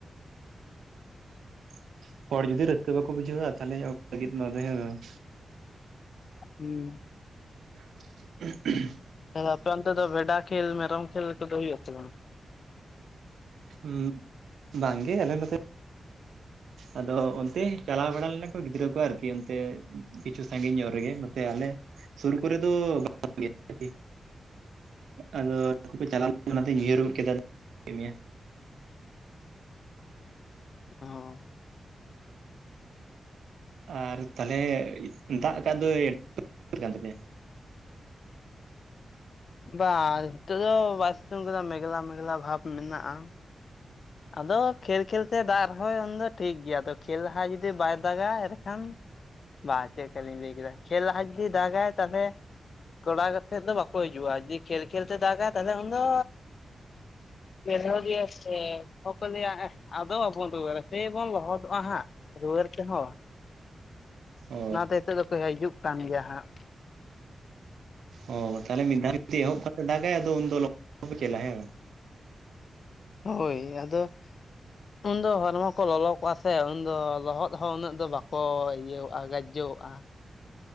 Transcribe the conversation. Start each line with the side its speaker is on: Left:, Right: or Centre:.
Right: <unintelligible> ᱦᱚᱲ ᱡᱩᱫᱤ ᱟᱫᱚ ᱨᱟᱹᱥᱠᱟᱹ ᱵᱟᱠᱚ ᱵᱩᱡᱷᱟᱹᱣᱟ ᱛᱟᱦᱞᱮ <unintelligible> ᱞᱟᱹᱜᱤᱫ ᱱᱚᱣᱟ ᱫᱚ ᱦᱮᱸ ᱵᱟᱝ,
Left: ᱦᱩᱸ᱾
Right: <inaudible>
Left: ᱛᱟᱦᱚᱞᱮ ᱟᱯᱮ ᱚᱱᱛᱮ ᱫᱚ ᱵᱷᱮᱰᱟ ᱠᱷᱮᱞ ᱢᱮᱨᱚᱢ ᱠᱷᱮᱞ ᱠᱚᱫᱚ ᱦᱩᱭᱩᱜ ᱟ ᱥᱮ ᱵᱟᱝ?
Right: ᱦᱩᱸ᱾ ᱵᱟᱝ ᱜᱮ ᱟᱞᱮ ᱱᱚᱛᱮ ᱟᱫᱚ ᱚᱱᱛᱮ ᱪᱟᱞᱟᱣ ᱵᱟᱲᱟ ᱞᱮᱱᱟ ᱠᱚ ᱜᱤᱫᱽᱨᱟᱹ ᱠᱚ ᱟᱨᱠᱤ, ᱚᱱᱛᱮ ᱠᱤᱪᱷᱩ ᱥᱟᱺᱜᱤᱧ ᱧᱚᱜ ᱨᱮᱜᱮ ᱱᱚᱛᱮ ᱟᱞᱮ ᱥᱩᱨ ᱠᱚᱨᱮ ᱫᱚ <unintelligible> ᱟᱫᱚ ᱪᱟᱞᱟᱣ ᱚᱱᱟᱛᱮᱧ ᱩᱭᱦᱟᱹᱨ ᱜᱚᱫ ᱠᱮᱫᱟ, ᱢᱮᱭᱟ
Left: ᱦᱚᱸ᱾
Right: ᱟᱨ ᱛᱟᱦᱚᱞᱮ ᱫᱟᱜ ᱟᱠᱟᱫ ᱫᱚᱭ <unintelligible> ᱠᱟᱱ ᱛᱟᱯᱮᱭᱟ?
Left: ᱵᱟᱝ ᱱᱤᱛᱚᱜ ᱫᱚ ᱵᱟᱭ ᱥᱤᱛᱩᱝ ᱠᱟᱫᱟ ᱢᱮᱜᱷᱞᱟ ᱢᱮᱜᱷᱞᱟ ᱵᱷᱟᱵ ᱢᱮᱱᱟᱜ-ᱟ᱾ ᱟᱫᱚ ᱠᱷᱮᱞ ᱠᱷᱮᱞ ᱛᱮ ᱫᱟᱜ ᱨᱮᱦᱚᱭ ᱩᱱᱫᱚ ᱴᱷᱤᱠ ᱜᱮᱭᱟ ᱟᱫᱚ ᱠᱷᱮᱞ ᱞᱟᱦᱟ ᱡᱩᱫᱤ ᱵᱟᱭ ᱫᱟᱜᱟ ᱮᱱᱠᱷᱟᱱ ᱵᱟᱝ ᱪᱮᱫᱠᱟ ᱞᱤᱧ ᱞᱟᱹᱭ ᱠᱮᱫᱟ ᱠᱷᱮᱞ ᱞᱟᱦᱟ ᱡᱩᱫᱤᱭ ᱫᱟᱜᱟᱭ ᱛᱟᱦᱚᱞᱮ ᱠᱚᱲᱟ ᱜᱟᱛᱮᱜ ᱫᱚ ᱵᱟᱠᱚ ᱦᱤᱡᱩᱜᱼᱟ ᱡᱩᱫᱤ ᱠᱷᱮᱞ ᱠᱷᱮᱞ ᱛᱮ ᱫᱟᱜᱟ ᱛᱟᱦᱚᱞᱮ ᱩᱱ ᱫᱚ ᱵᱤᱫᱷᱣᱟᱹ ᱜᱮᱭᱟᱭ ᱥᱮ ᱚᱠᱚ ᱞᱟᱹᱭᱟ ᱦᱮᱸ ᱟᱫᱚ ᱵᱟᱵᱚᱱ ᱨᱩᱣᱟᱹᱲᱟ ᱥᱮᱭ ᱵᱚᱱ ᱞᱚᱦᱚᱫᱚᱜᱼᱟ ᱦᱟᱸᱜ ᱨᱩᱣᱟᱹᱲ ᱛᱮᱦᱚᱸ᱾
Right: ᱚ
Left: ᱚᱱᱟ ᱦᱚᱛᱮᱡ ᱛᱮᱫᱚ ᱠᱚ ᱦᱤᱡᱩᱜ ᱠᱟᱱ ᱜᱮᱭᱟ ᱦᱟᱸᱜ᱾
Right: ᱚ ᱛᱟᱦᱞᱮ ᱢᱤᱫᱷᱟᱣ ᱨᱮᱯᱮ ᱮᱦᱚᱵ <unintelligible> ᱠᱷᱮᱞᱟ ᱦᱮᱸ ᱵᱟᱝ?
Left: ᱦᱳᱭ ᱟᱫᱚ ᱩᱱᱫᱚ ᱦᱚᱲᱢᱚ ᱠᱚ ᱞᱚᱞᱚ ᱠᱚᱜᱼᱟ ᱥᱮ ᱩᱱᱫᱚ ᱞᱚᱦᱚᱫ ᱦᱚ ᱩᱱᱟᱹᱜ ᱫᱚ ᱵᱟᱠᱚ ᱤᱭᱟᱹᱟᱜ-ᱟ ᱜᱟ ᱡᱚᱜᱼᱟ᱾